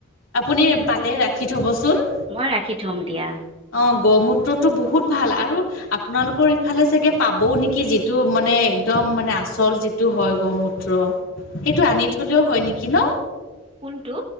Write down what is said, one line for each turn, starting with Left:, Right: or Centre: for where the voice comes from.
Left: আপুনি পালে ৰাখি থবচোন।
Right: মই ৰাখি থ'ম দিয়া।
Left: অ', গৌ মূত্ৰটো বহুত ভাল, আৰু আপোনালোকৰ ইফালে চাগে পাবও নেকি! যিটো মানে এক্দম মানে আচল যি টো হয় গৌমূত্ৰ, সেইটো আনি থলেও হয় নেকি ন'?
Right: কোনটো?